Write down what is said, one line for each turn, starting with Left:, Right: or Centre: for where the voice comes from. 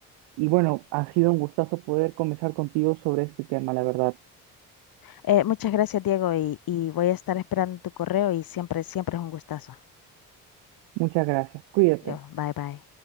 Right: Y bueno, ha sido un gustazo poder conversar contigo sobre este tema, la verdad.
Left: Eh, muchas gracias, Diego, y, y voy a estar esperando tu correo y siempre, siempre es un gustazo.
Right: Muchas gracias. Cuídate.
Left: Yo, bye bye.